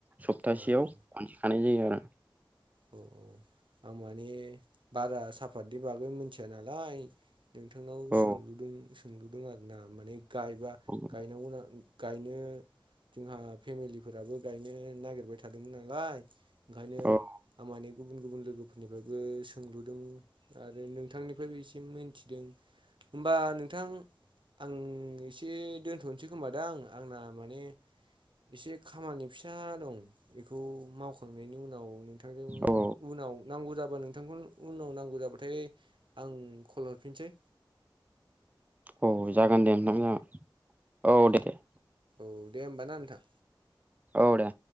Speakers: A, on the right; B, on the right.
A: सप्तासेयाव
B: अ
A: खनसे खानाय जायो आरो।
B: अ आं माने बारा साफतनि बागै मिथिया नालाय। नोंथांनाव
A: औ
B: सोंलुदों सोंलुदों आरो ना माने गायबा
A: औ
B: गायनांगौना। गायनो जोंहा फेमिलिफोराबो गायनो नागिरबाय थादोंमोन नालाय। ओंखायनो
A: औ
B: आं माने गुबुन गुबुन लोगोफोरनिफ्राय बो सोंलुदों आरो नोंथांनिफ्रायबो एसे मोनथिनो लुगैदों। होमबा नोंथां आं एसे दोनथ'नोसै खोमादां आंना माने एसे खामानि फिसा दं बेखौ मावखांनायनि उनाव नोंथांजों
A: औ
B: उनाव नांगौ जाबा नोंथांखौनो उनाव नांगौ जाबाथाय आं कल हरफिनसै।
A: औ जागोन दे नोंथां जागोन औ दे दे
B: औ दे होमबा ना नोंथां
A: औ दे